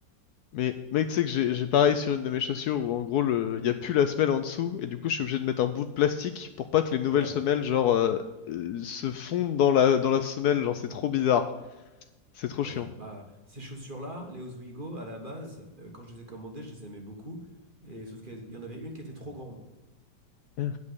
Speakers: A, on the left (about 70°); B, on the right (about 30°).
A: Mais, mec, tu sais que j'ai, j'ai pareil sur une de mes chaussures où, en gros, le, il y a plus la semelle en dessous et du coup, je suis obligé de mettre un bout de plastique pour pas que les nouvelles
B: Ouais.
A: semelles, genre, euh, euh, se fondent dans la, dans la semelle. Genre, c'est trop bizarre. C'est trop
B: Ouais,
A: chiant.
B: bah ces chaussures-là, les Oswego, à la base, euh, quand je les ai commandées, je les aimais beaucoup. Et sauf qu'il y en avait une qui était trop grande.
A: Hein,